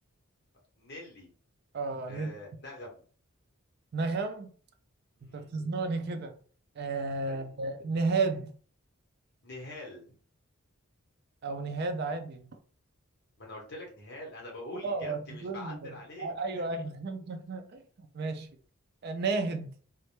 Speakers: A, on the left; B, on the right.
A: نيلي
B: اه
A: آه
B: نيل
A: نغم
B: نغم
A: مم.
B: انت بتزنقني كده آه،
A: اي
B: نهاد
A: نهال
B: او نهاد عادي
A: ما انا قلت لك نهال انا بقول
B: اه
A: اجابتي
B: تقول
A: مش بعدل عليك
B: ايوه ايوه <laughs> ماشي ناهد